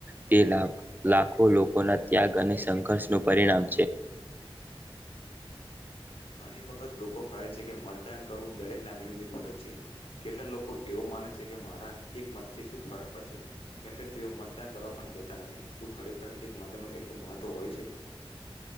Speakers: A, on the right; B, on the left.
A: તે લા લાખો લોકોના ત્યાગ અને સંઘર્ષનું પરિણામ છે બ <inaudible>
B: ઘણી વખત લોકો કહે કે મતદાન કરવું દરેક નાગરિકની ફરજ છે કેટલાક લોકો એવું માને છે કે મારા એક મત થી શું ફરક પડશે એટલે તેઓ મતદાન કરવા પણ જેતા નથી શું ખરેખર એક મત ન એટલું મહત્વ હોય છે